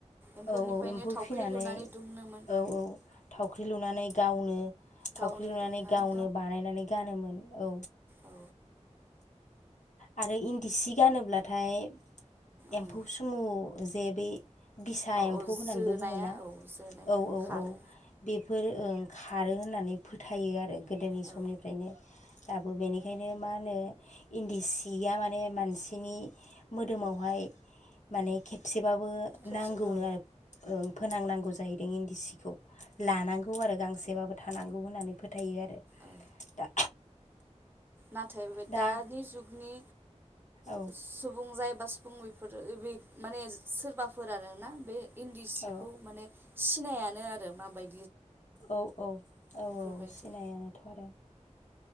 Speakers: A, on the right; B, on the left.
A: एम्फौनिफ्रायनो
B: औ औ एम्फौ
A: थावख्रि
B: फिनानै
A: लुनानै दिहुनोमोन
B: औ औ थावख्रि लुनानै गावनो थावख्रि
A: गावनो
B: लुनानै
A: दिहुननानै
B: गावनो बानायनानै गानोमोन औ
A: औ
B: आरो इन्दि सि गानोब्लाथाय एम्फौ
A: ओं
B: सुमु जे बे बिसा
A: औ
B: एम्फौ
A: औ
B: होननानैबो
A: जोनाया
B: बुङो ना
A: औ जोनाया
B: औ औ
A: खारो
B: औ बे बेफोर ओं खारो होननानै फोथायो आरो गोदोनि
A: औ
B: समनिफ्रायनो दाबो बेनिखायनो मा होनो इन्दि सि या माने मानसिनि मोदोमावहाय माने खेबसे बाबो
A: खेबसे
B: नांगौनो
A: औ
B: आरो ओं फोनांनांगौ जाहैदों इन्दि सिखौ लानांगौ आरो गांसेबाबो थानांगौ होननानै फोथायो आरो
A: औ
B: दा
A: नाथाय <unintelligible>
B: दा
A: दानि जुगनि
B: औ
A: सुबुं जाय बा सुफुं बेफोर बि माने सोरबाफोर आरोना बे इन्दि सिखौ
B: औ
A: माने सिनायानो आरो माबाय
B: औ औ औ
A: बेफोरबायदि
B: औ सिनायानोथ' आरो।